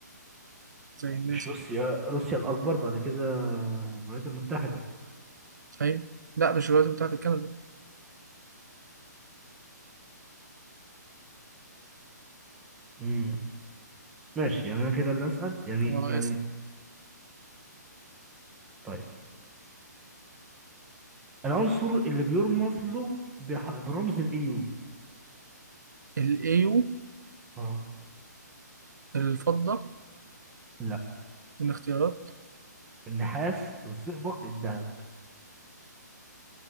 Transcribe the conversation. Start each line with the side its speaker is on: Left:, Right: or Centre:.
Right: زي الناس
Centre: مش روسيا روسيا الأكبر بعد كده الولايات المتحدة
Right: أيوة لا مش الولايات المتحدة كندا
Centre: امم ماشي يعني أنا كده اللي أسأل يعني
Right: هو اسم
Centre: يعني طيب العنصر اللي بيرمز له بح... برمز الايو
Right: الأيو
Centre: اه
Right: الفضة
Centre: لا
Right: من اختيارات
Centre: النحاس الزئبق الذهب